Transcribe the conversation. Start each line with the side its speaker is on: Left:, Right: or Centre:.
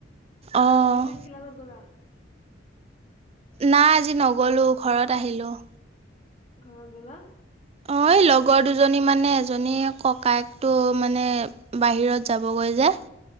Right: অ'
Left: তুমি কিলালত গ'লা?
Right: নাই আজি নগলো, ঘৰত আহিলো৷
Left: ঘৰত গ'লা?
Right: অ' লগৰ দুজনী মানে আ জনীয়ে ককায়েকটো মানে বাহিৰত যাবগৈ যে৷